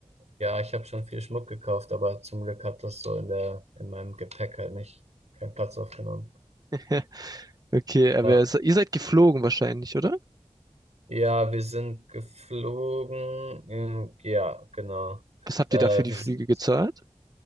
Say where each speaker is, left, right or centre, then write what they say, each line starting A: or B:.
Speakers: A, on the right; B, on the right.
A: ja, ich habe schon viel Schmuck gekauft, aber zum Glück hat das so in der in meinem Gepäck halt nicht keinen Platz aufgenommen.
B: <laughs> Okay, aber
A: Ja,
B: ihr se- ihr seid geflogen wahrscheinlich, oder?
A: ja, wir sind geflogen. ähm, Ja, genau.
B: Was habt
A: Äh,
B: ihr da für die
A: wir
B: Flüge
A: sind
B: gezahlt?